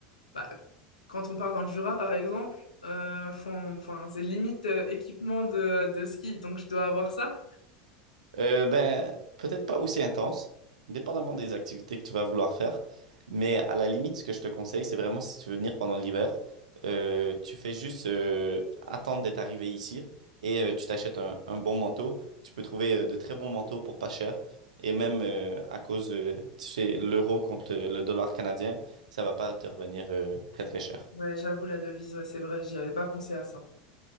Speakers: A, on the left; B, on the right.
A: bah, quand on part dans le Jura, par exemple, euh, font- enfin, c'est limite euh, équipement de, de ski, donc je dois avoir ça.
B: Euh, ben, peut-être pas aussi intense, dépendamment des activités que tu vas vouloir faire. Mais à la limite, ce que je te conseille, c'est vraiment si tu veux venir pendant l'hiver, euh, tu fais juste euh, attendre d'être arrivé ici et euh, tu t'achètes un, un bon manteau. Tu peux trouver euh, de très bons manteaux pour pas cher. Et même euh, à cause, euh, tu sais, l'euro contre le, le dollar canadien, ça va pas te revenir euh, très très cher.
A: Ouais, j'avoue, la devise, ouais, c'est vrai, j'y avais pas pensé à ça.